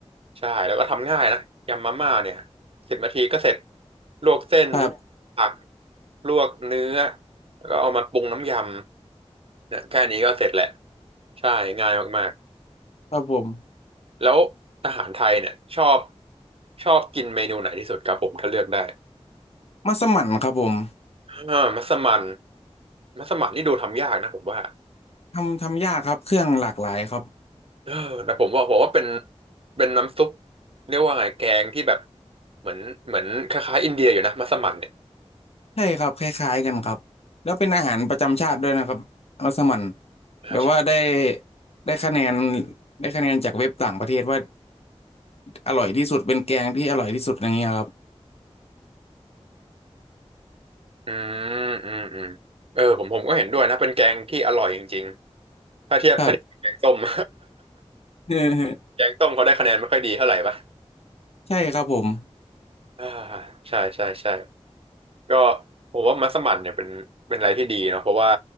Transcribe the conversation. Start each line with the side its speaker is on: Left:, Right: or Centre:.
Right: ใช่แล้วก็ทำง่ายนะยำมาม่าเนี่ยสิบนาทีก็เสร็จลวกเส้นลวกผัก
Left: ครับ
Right: ลวกเนื้อแล้วก็เอามาปรุงน้ำยำเนี่ยแค่นี้ก็เสร็จแหละใช่ง่ายมาก
Left: ครับผม
Right: ๆแล้วอาหารไทยเนี่ยชอบชอบกินเมนูไหนที่สุดครับผมถ้าเลือกได้
Left: มัสมั่นครับผม
Right: อ่ามัสมั่นมัสมั่นนี่ดูทำยากนะผมว่า
Left: ทำทำยากครับเครื่องหลากหลายครับ
Right: เออแต่ผมว่าผมว่าเป็นเป็นน้ำซุปเรียกว่าไงแกงที่แบบเหมือนเหมือนคล้ายๆอินเดียอยู่นะมัสมั่นเนี่ย
Left: ใช่ครับคล้ายๆกันครับแล้วเป็นอาหารประจำชาติด้วยนะครับมัสมั่น
Right: อ่าใช่
Left: แบบว่าได้ได้คะแนนได้คะแนนจากเว็บต่างประเทศว่าอร่อยที่สุดเป็นแกงที่อร่อยที่สุดอย่างเงี้ยครับ
Right: อืมอืมอืมเออผมผมก็เห็นด้วยนะเป็นแกงที่อร่อยจริงๆถ้าเทียบถ้าเทียบกับแกงส้ม
Left: ครับ
Right: <laughs>
Left: <laughs>
Right: แกงต้มเขาได้คะแนนไม่ค่อยดีเท่าไหร่ปะ
Left: ใช่ครับผม
Right: อ่าใช่ใช่ใช่ ก็ผมว่ามัสมั่นเนี่ยเป็นเป็นอะไรที่ดีเนาะเพราะว่า